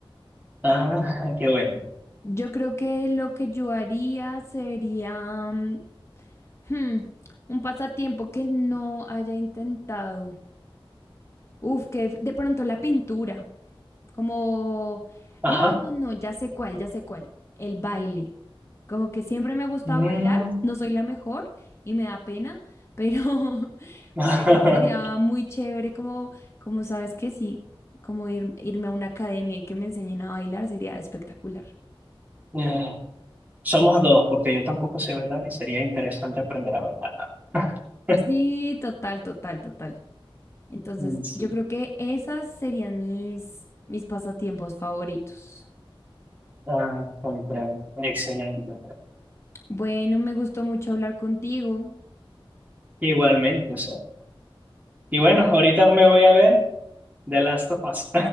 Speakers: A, on the right; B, on the left.
A: Ah, qué bueno.
B: Yo creo que lo que yo haría sería mm, hmm, un pasatiempo que no haya intentado. Uf, que de pronto la pintura. Como,
A: Ajá.
B: no, no, no, ya sé cuál, ya sé cuál. El baile. Como que siempre me ha gustado
A: Mm.
B: bailar, no soy la mejor y me da pena, pero, <laughs>
A: <laughs>
B: pero sería muy chévere como, como sabes que sí, como ir- irme a una academia y que me enseñen a bailar sería espectacular.
A: Eh, Somos dos, porque yo tampoco sé bailar y sería interesante aprender a bailar. <laughs>
B: Sí, total, total, total. Entonces,
A: Mm, Sí,
B: yo creo que esas serían mis, mis pasatiempos favoritos.
A: ah, comprendo. Excelente.
B: Bueno, me gustó mucho hablar contigo.
A: Igualmente, o sea. Y bueno, ahorita me voy a ver The Last of Us.